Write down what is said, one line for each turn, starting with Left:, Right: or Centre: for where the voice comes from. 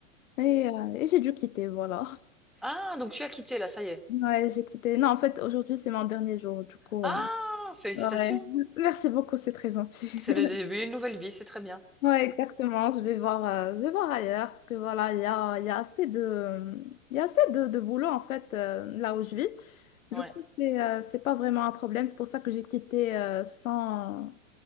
Left: Et, euh, et j'ai dû quitter, voilà. <laughs>
Centre: Ah, donc tu as quitté là, ça y est.
Left: Ouais, j'ai quitté. Non, en fait, aujourd'hui, c'est mon dernier jour, du coup.
Centre: Ah,
Left: euh,
Centre: félicitations.
Left: Ouais. Merci beaucoup, c'est très gentil. <laughs>
Centre: C'est le début d'une nouvelle vie, c'est très bien.
Left: Ouais, exactement. Je vais voir, euh, je vais voir ailleurs parce que voilà, il y a, il y a assez de, il y a assez de, de boulot en fait euh, là où je vis.
Centre: Ouais,
Left: Du coup, c'est euh, c'est pas vraiment un problème. C'est pour ça que j'ai quitté euh, sans,